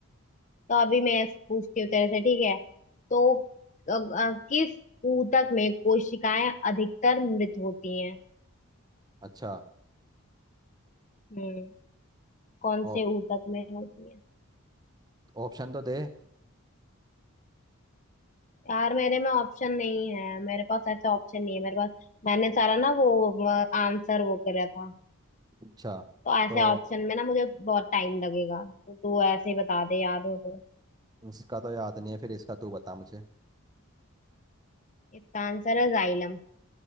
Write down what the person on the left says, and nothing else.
तो अभी मैं पूछती हूँ तेरे से ठीक है तो अ, अ, किस ऊतक में कोशिकाएं अधिकतर मृत होती हैं
हम्म कौन
से ऊतक में होती है
यार मेरे में ऑप्शन नहीं है मेरे पास ऐसा ऑप्शन नहीं है मेरे पास मैंने सारा ना वो आंसर वो करा था
तो ऐसे
ऑप्शन में ना मुझे बहुत टाइम लगेगा तो तू ऐसे ही बता दे याद हो तो
इसका आंसर है जाइलम